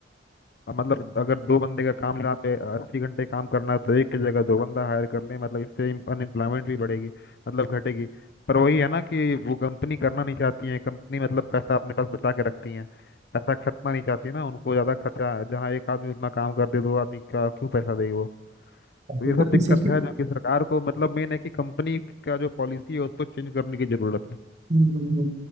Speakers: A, on the left (about 55°); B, on the right (about 40°).
A: अब मतलब अगर दो बंदे का काम जहाँ पे अस्सी घंटे काम करना है तो एक की जगह दो बंदा हायर कर लें मतलब इससे अनएम्प्लॉयमेंट भी बढ़ेगी मतलब घटेगी पर वही है ना कि वो कंपनी करना नहीं चाहती है कंपनी मतलब पैसा अपने पास बचा के रखती है पैसा खर्चना नहीं चाहती ना उनको ज़्यादा खर्चा जहाँ एक आदमी उतना काम कर दे दो आदमी का क्यों पैसा दे वो तो ये
B: तो
A: सब दिक्कत
B: इसी पे
A: है जो कि सरकार को मतलब मेन है कि कंपनी का जो पॉलिसी है उसको चेंज करने की ज़रूरत है
B: हम्म, हम्म, हम्म।